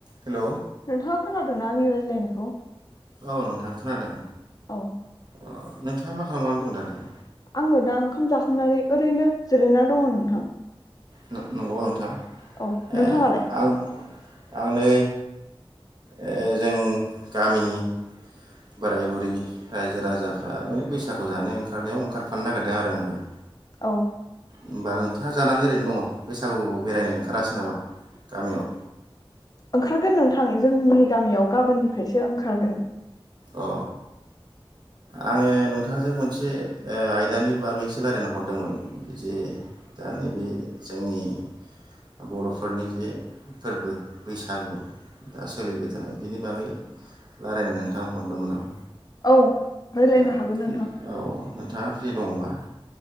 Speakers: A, on the right; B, on the left.
A: हेलौ'
B: नोंथाङा खोनादोंना आंनि रायज्लायनायखौ
A: औ नोंथां खोनादों
B: औ
A: ओ नोंथाङा मा खालामनानै दं दालाय
B: आङो दा ओंखाम जाखांनानै ओरैनो जिरायना दङ नोंथां
A: नों नंगौ नोंथां
B: औ नोंथाङालाय
A: ए आं आं नै ओ जों गामिनि बोराय बुरै रायजो राजाफ्रा माने बैसागु जानो ओंखारनायाव ओंखारफानो नागिरदों आरो आंबो
B: औ
A: होमबा नोंथाङा जानानै ओरैनो दङ बैसागु बेरायनो ओंखारासै नामा गामियाव
B: ओंखारगोन नोंथां जोंनि गामियाव गाबोननिफ्रायसो ओंखारगोन
A: अ आङो नोंथांजों मोनसे आयदानि बागैसो रायजलायनो हरदोंमोन जे दा नैबे जोंनि ब'रफोरनि जे फोरबो बैसागु दा सोलिबाय थानाय बिनि बागै रायलायनो थां नोंथां हरदोंमोन आं
B: औ राय्लायनो
A: दा
B: हागोन नोंथां
A: औ नोंथाङा फ्रि दङब्ला अ